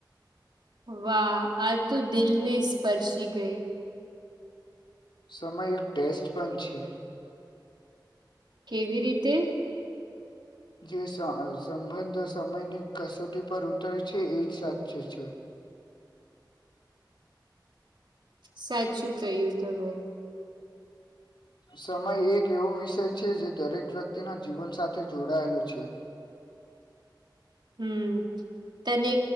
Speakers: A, on the right; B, on the left.
A: વાહ આ તો દિલ ને સ્પર્શી ગઈ.
B: સમય એક ટેસ્ટ પણ છે.
A: કેવી રીતે?
B: જે અ સંબંધો સમયની કસોટી પર ઉતરે છે એજ સાચૂ છે.
A: સાચું કહ્યું તમે.
B: સમય એક એવો વિષય છે જે દરેક વ્યક્તિના જીવન સાથે જોડાયેલો છે.
A: હમમ તને